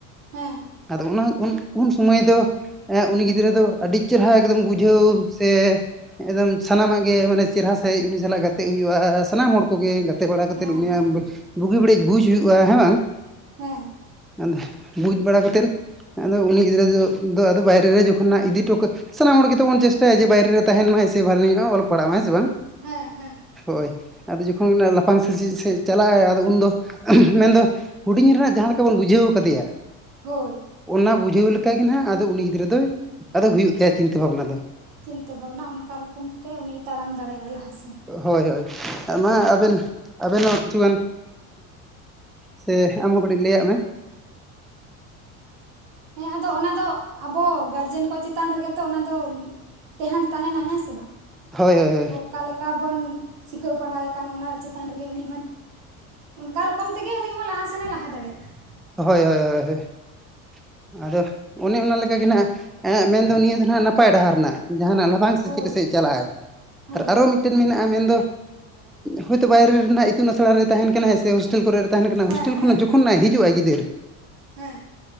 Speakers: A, on the right; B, in the centre.
A: ᱦᱮᱸ
B: ᱟᱫᱚ ᱚᱱᱟ ᱩᱱ ᱥᱚᱢᱚᱭ ᱫᱚ ᱩᱱᱤ ᱜᱤᱫᱽᱨᱟᱹ ᱫᱚ ᱟᱹᱰᱤ ᱪᱮᱨᱦᱟ ᱮᱠᱫᱚᱢ ᱵᱩᱡᱷᱟᱹᱣ ᱥᱮ ᱮᱠᱫᱚᱢ ᱥᱟᱱᱟᱢᱟᱜ ᱜᱮ ᱢᱟᱱᱮ ᱪᱮᱨᱦᱟ ᱥᱟᱹᱦᱤᱡ ᱩᱱᱤ ᱥᱟᱞᱟᱜ ᱜᱟᱛᱮᱜ ᱦᱩᱭᱩᱜᱼᱟ ᱥᱟᱱᱟᱢ ᱦᱚᱲ ᱠᱚᱜᱮ ᱜᱟᱛᱮ ᱵᱟᱲᱟ ᱠᱟᱛᱮᱫ
A: ᱦᱮᱸ
B: ᱩᱱᱤ
A: ᱦᱮᱸ
B: ᱟᱢ ᱵᱩᱜᱤ ᱵᱟᱹᱲᱤᱡ ᱵᱩᱡᱽ ᱦᱩᱭᱩᱜᱼᱟ ᱦᱮᱸ ᱵᱟᱝ
A: ᱦᱮᱸ
B: ᱟᱫᱚ ᱵᱩᱡᱽ ᱵᱟᱲᱟ ᱠᱟᱛᱮᱫ ᱟᱫᱚ ᱩᱱᱤ ᱜᱤᱫᱽᱨᱟᱹ ᱫᱚ ᱟᱫᱚ ᱵᱟᱭᱨᱮ ᱨᱮ ᱡᱚᱠᱷᱚᱱ ᱱᱟᱦᱟᱸᱜ ᱤᱫᱤ ᱦᱚᱴᱚ ᱠᱟᱜ ᱥᱟᱱᱟᱢ ᱦᱚᱲ ᱜᱮ ᱛᱚ ᱵᱚᱱ ᱪᱮᱥᱴᱟᱭᱟ ᱡᱮ ᱵᱟᱭᱨᱮ ᱨᱮ ᱛᱟᱦᱮᱱ ᱢᱟᱭ ᱥᱮ ᱵᱷᱟᱹᱞᱤ ᱧᱚᱜᱼᱟ ᱚᱞᱚᱜ ᱯᱟᱲᱦᱟᱜ ᱢᱟᱭ ᱦᱮᱸ ᱥᱮ ᱵᱟᱝ
A: ᱦᱮᱸ ᱦᱮᱸ
B: ᱦᱳᱭ, ᱟᱫᱚ ᱡᱚᱠᱷᱚᱱ ᱢᱟᱱᱮ ᱞᱟᱯᱷᱟᱝ ᱥᱮ ᱥᱮᱪᱮᱫ ᱥᱮᱫ ᱪᱟᱞᱟᱜᱼᱟᱭ ᱟᱫᱚ ᱩᱱᱫᱚ <unintelligible> ᱢᱮᱱᱫᱚ ᱦᱩᱰᱤᱧ ᱨᱮ ᱱᱟᱜ ᱡᱟᱦᱟᱸ ᱞᱮᱠᱟ ᱵᱚᱱ ᱵᱩᱡᱷᱟᱹᱣ ᱠᱟᱫᱮᱭᱟ
A: ᱦᱳᱭ ᱾
B: ᱚᱱᱟ ᱵᱩᱡᱷᱟᱹᱣ ᱞᱮᱠᱟᱜ ᱜᱮ ᱱᱟᱦᱜ ᱟᱫᱚ ᱩᱱᱤ ᱜᱤᱫᱽᱨᱟᱹ ᱫᱚᱭ ᱟᱫᱚ ᱦᱩᱭᱩᱜ ᱛᱟᱭᱟ ᱪᱤᱱᱛᱟᱹ ᱵᱷᱟᱵᱱᱟ ᱫᱚ ᱾
A: ᱪᱤᱱᱛᱟᱹ ᱵᱷᱟᱵᱽᱱᱟ ᱚᱱᱠᱟ ᱨᱚᱠᱚᱢ ᱛᱮ ᱩᱱᱤ ᱛᱟᱲᱟᱢ ᱫᱟᱲᱮᱭᱟᱜᱼᱟᱭ ᱞᱟᱦᱟ ᱥᱮᱫ
B: ᱦᱳᱭ ᱦᱳᱭ ᱢᱟ ᱟᱵᱮᱱ ᱟᱵᱮᱱ ᱦᱚᱸ ᱠᱤᱪᱷᱩᱜᱟᱱ ᱥᱮ ᱟᱢ ᱦᱚᱸ ᱠᱟᱹᱴᱤᱡ ᱞᱟᱹᱭᱟᱜ ᱢᱮ
A: ᱦᱮᱸ ᱟᱫᱚ ᱚᱱᱟ ᱫᱚ ᱟᱵᱚ ᱜᱟᱨᱡᱮᱱ ᱠᱚ ᱪᱮᱛᱟᱱ ᱨᱮᱜᱮ ᱛᱚ ᱚᱱᱟᱫᱚ ᱴᱮᱦᱮᱸᱱ ᱛᱟᱦᱮᱱᱟ ᱦᱮᱸ ᱥᱮ ᱵᱟᱝ
B: ᱦᱳᱭ ᱦᱳᱭ ᱦᱳᱭ ᱾
A: ᱚᱠᱟᱞᱮᱠᱟ ᱵᱚᱱ ᱥᱤᱠᱷᱟᱹᱣ ᱯᱟᱲᱦᱟᱣᱮ ᱠᱟᱱ ᱚᱱᱟ ᱪᱮᱛᱟᱱ ᱨᱮᱜᱮ ᱩᱱᱤ ᱦᱚᱸ ᱾ ᱚᱱᱠᱟ ᱨᱚᱠᱚᱢ ᱛᱮᱜᱮ ᱩᱱᱤ ᱦᱚᱸ ᱞᱟᱦᱟ ᱥᱮᱱᱮ ᱞᱟᱦᱟ ᱫᱟᱲᱮᱭᱟᱜᱼᱟ ᱾
B: ᱦᱳᱭ ᱦᱳᱭ ᱦᱳᱭ ᱦᱳᱭᱼᱼ ᱟᱫᱚ ᱚᱱᱮ ᱚᱱᱟ ᱞᱮᱠᱟᱜᱮ ᱱᱟᱜ ᱟᱭᱟᱜ ᱢᱮᱱ ᱫᱚ ᱱᱤᱭᱟᱹ ᱫᱚ ᱱᱟᱜ ᱱᱟᱯᱟᱭ ᱰᱟᱦᱟᱨ ᱱᱟᱜ ᱡᱟᱦᱟᱱᱟᱜ ᱞᱟᱦᱟ ᱵᱟᱝ ᱥᱮᱪᱮᱫ
A: ᱦᱳᱭ
B: ᱠᱟᱛᱮ ᱪᱟᱞᱟᱜ-ᱟᱭ
A: ᱦᱳᱭ
B: ᱟᱨ ᱟᱨᱚ ᱢᱤᱫᱴᱮᱱ ᱢᱮᱱᱟᱜᱼᱟ ᱢᱮᱱ ᱫᱚ ᱦᱳᱭᱛᱳ ᱵᱟᱭᱨᱮ ᱨᱮ ᱱᱟᱦᱟᱸᱜ ᱤᱛᱩᱱ ᱟᱥᱲᱟ ᱨᱮ ᱛᱟᱦᱮᱱ ᱠᱟᱱᱟᱭ ᱥᱮ ᱦᱳᱥᱴᱮᱞ ᱠᱚᱨᱮ ᱛᱟᱦᱮᱱ ᱠᱟᱱᱟᱭ
A: ᱦᱮᱸ
B: ᱦᱳᱥᱴᱮᱞ
A: ᱦᱮᱸ
B: ᱠᱷᱚ ᱡᱚᱠᱷᱚᱱ
A: ᱦᱮᱸ
B: ᱱᱟᱭ ᱦᱤᱡᱩ ᱜᱤᱫᱟᱹᱨ
A: ᱦᱮᱸ